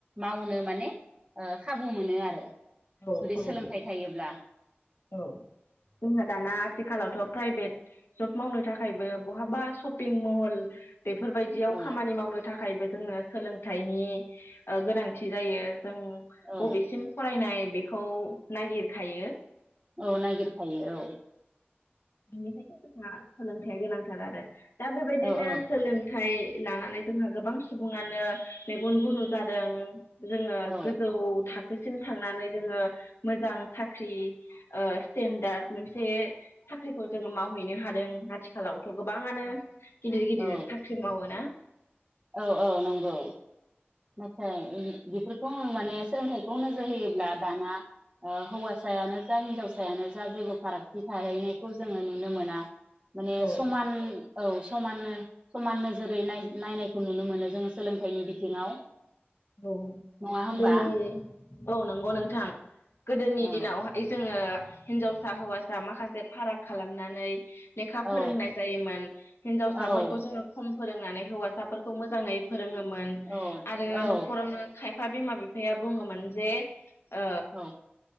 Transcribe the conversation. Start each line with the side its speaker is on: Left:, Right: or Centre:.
Right: मावनो माने ओ खाबु मोनो आरो
Left: औ
Right: जुदि
Left: खाबु
Right: सोलोंथाइ
Left: मोनो
Right: थायोब्ला
Left: औ जोंहा दाना आथिखालावथ प्राइभेट जब मावनो थाखायबो बहाबा सपिं महल बेफोरबायदियाव
Right: औ
Left: खामानि मावनो थाख थाखायबो जोंनो सोलोंथाइनि ओ गोनांथि जायो जों
Right: औ
Left: बबेसिम फरायनाय बेखौ नागिरखायो
Right: औ नायगिरखायो औ
Left: बेनिखायनो जोंहा सोलोंथाइया गोनांथार आरो दा बेबायदिनो
Right: औ औ
Left: सोलोंथ थाय लानानै जोंहा गोबां सुबुङानो मेगन गुनु जादों। जोङो
Right: औ
Left: गोजौ थाख खोसिम थांनानै जोङो मोजां साख्रि ओ स्टेन्डार्ड मोनसे साख्रिखौ जोङो मावहैनो हादों आथिख खालावथ गोबाङानो गिदिर गिदिर
Right: औ
Left: साख्रि मावोना?
Right: औ औ नंगौ। नाथाय इन बिफोर बुङो माने सोलोंथाइखौ नोजोर होयोब्ला दाना ओ हौवासायानो जा हिनजावसायानो जा जेबो फारागथि थाहैनायखौ जोङो नु नो मोना। माने
Left: औ
Right: समान औ समाननो समान नोजोरैनाय नायनायखौ नुनो मोनो जोङो सोलोंथाइनि बिथिङाव
Left: औ
Right: नङा
Left: गोदोनि
Right: होमबा?
Left: औ नंगौ नोंथां गोदोनि
Right: औ
Left: दिनावहाय जोङो हिनजावसा हौवासा माखासे फाराग खालामनानै लेखा फोरोंनाय
Right: औ
Left: जायोमोन हिनजावसाफोरखौ
Right: औ
Left: जोङो खम फोरोंनानै हौवासाफोरखौ मोजाङै फोरोङोमोन
Right: औ
Left: आरो
Right: औ
Left: खायफा बिमा बिफाया बुङोमोन जे ओ
Right: औ